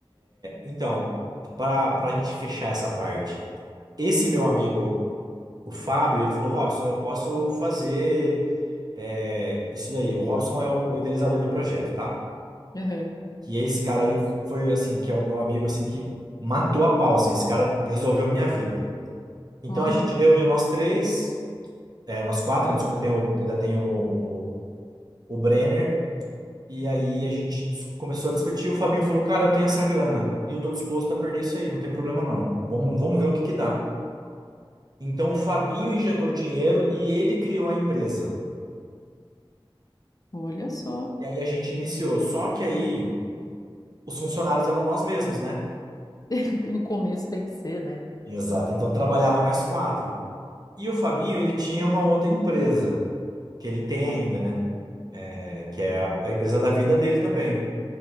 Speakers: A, on the right; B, on the left.
A: então, para para a gente fechar essa parte, esse meu amigo, o Fábio, ele falou: Robson, eu posso fazer é, isso daí. O Robson é o idealizador do projeto, tá?
B: Aham.
A: E esse cara aí foi assim, que é o meu amigo assim que matou a pau, assim, esse cara resolveu minha vida. Então
B: Olha,
A: a gente reuniu nós três. É, nós quatro, né? Desculpa, tem o- ainda tem o, o, o Brenner. E aí a gente dis- começou a discutir. O Fabinho falou: Cara, eu tenho essa grana e eu tô disposto a perder isso aí, não tem problema não. Vamos, vamos ver o que que dá. Então o Fabinho injetou o dinheiro e ele criou a empresa.
B: olha só.
A: E aí a gente iniciou. Só que aí os funcionários eram nós mesmos, né?
B: <laughs> No começo tem que ser, né?
A: Exato. Então trabalhava nós quatro. E o Fabinho, ele tinha uma outra empresa, que ele tem ainda, né? É, que é a a empresa da vida dele também.